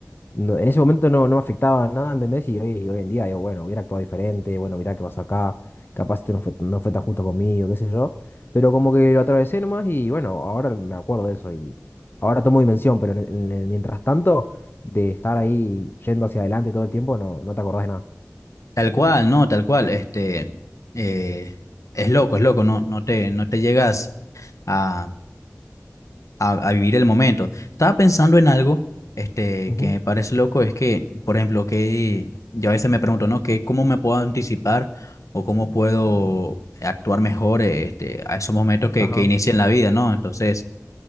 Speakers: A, on the left; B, on the left.
A: no- en ese momento no, no me afectaba nada, ¿entendés? Y hoy, y hoy en día yo, bueno, hubiera actuado diferente, bueno, mirá qué pasa acá, capaz este no fue, no fue tan justo conmigo, qué sé yo, pero como que lo atravesé nomás y bueno, ahora me acuerdo de eso y ahora tomo dimensión, pero en el- en el mientras tanto, de estar ahí yendo hacia adelante todo el tiempo, no, no te acordás de nada.
B: Tal cual, ¿no? Tal cual, este, eh, es loco, es loco, no, no te, no te llegas a a, a vivir el momento. Estaba pensando en algo este,
A: Ujú,
B: que me parece loco, es que, por ejemplo, que yo a veces me pregunto, ¿no? Que, ¿cómo me puedo anticipar o cómo puedo actuar mejor este, a esos momentos que,
A: ajá.
B: que inician la vida, ¿no? Entonces,